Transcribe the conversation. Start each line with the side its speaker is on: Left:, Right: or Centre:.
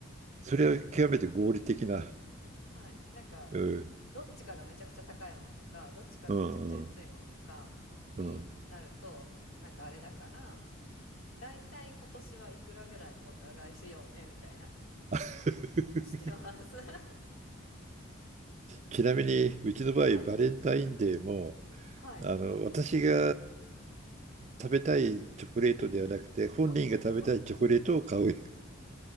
Right: それは極めて合理的な。
Left: はい。なんか、
Right: うん。
Left: どっちかがめちゃくちゃ高いものとか、どっちかがめちゃくちゃ安いものとかになると、
Right: うんうんうん。
Left: なんかあれだから、だいたい今年はいくらぐらいお互いしようねみたいな
Right: <laughs>
Left: <laughs>、してます。<laughs>
Right: ちなみに、うちの場合、
Left: はい。
Right: バレンタインデーも、
Left: はい。
Right: あの、私が食べたいチョコレートではなくて、本人が食べたいチョコレートを買う。
Left: ああ、はい。